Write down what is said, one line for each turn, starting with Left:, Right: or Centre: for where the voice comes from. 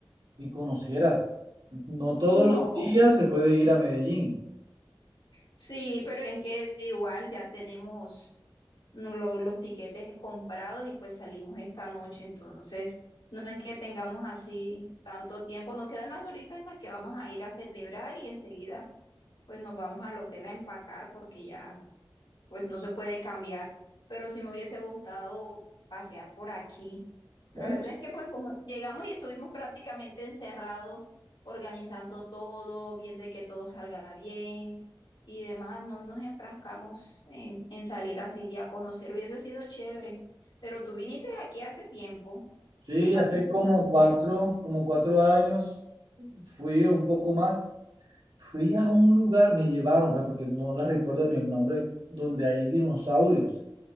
Right: y conocieras. No todos
Left: No.
Right: los días se puede ir a Medellín.
Left: Sí, pero es que igual ya tenemos no- lo- los tiquetes comprados y pues salimos esta noche. Entonces, no es que tengamos así tanto tiempo, nos quedan las horitas en las que vamos a ir a celebrar y enseguida pues nos vamos al hotel a empacar porque ya pues no se puede cambiar. Pero sí me hubiese gustado pasear por aquí.
Right: Bueno,
Left: La verdad es que pues como llegamos y estuvimos prácticamente encerrados, organizando todo, viendo que todo salga bien y demás, no nos enfrascamos en, en salir así a conocer, hubiese sido chévere, pero tú viniste aquí hace tiempo,
Right: Sí,
Left: ¿qué más
Right: hace
Left: visitaste?
Right: como cuatro, como cuatro años, fui un poco más, fui a un lugar, me llevaron, pues porque no les recuerdo ni el nombre, donde hay dinosaurios.